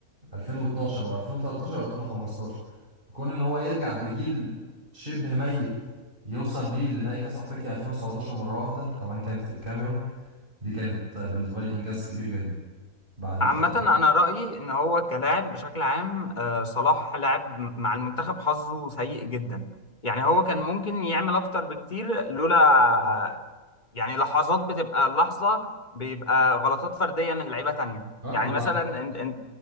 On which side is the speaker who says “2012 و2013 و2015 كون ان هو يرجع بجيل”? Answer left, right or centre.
Right